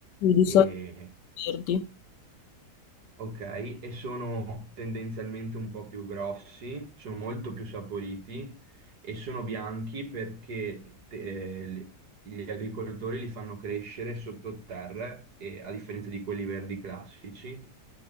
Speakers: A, on the left; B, on the right.
A: di
B: E
A: solito verdi.
B: Ok, e sono tendenzialmente un po' più grossi, sono molto più saporiti e sono bianchi perché te- eh, li- gli agricoltori li fanno crescere sottoterra, e, a differenza di quelli verdi classici,